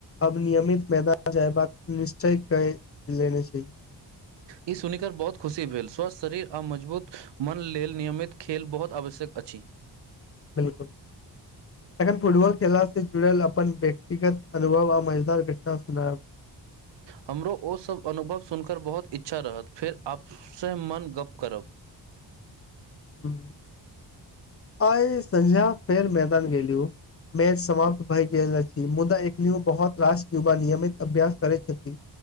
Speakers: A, on the left; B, on the right.
A: अब नियमित मैदान चयबाक निश्चय कय लेने छै
B: ई सुनिकऽ बहुत खुशी भेल स्वस्थ शरीर आ मजबूत मन लेल नियमित खेल बहुत आवश्यक अछि
A: बिलकुल तखन फुटबॉल खेला से जुड़ल अपन व्यक्तिगत अनुभव आ मजेदार घटना सुनेऽब
B: हमरो ओसभ अनुभव सुनकर बहुत इच्छा रहत फेर आपसँ मन गप्प करब
A: हू आइ संज्य फेर मैदान गेलयो मेच समाप्त भय गेल अछि मुदा एक बहुत राष्ट्र युवा नियमित अभ्यास करै छथि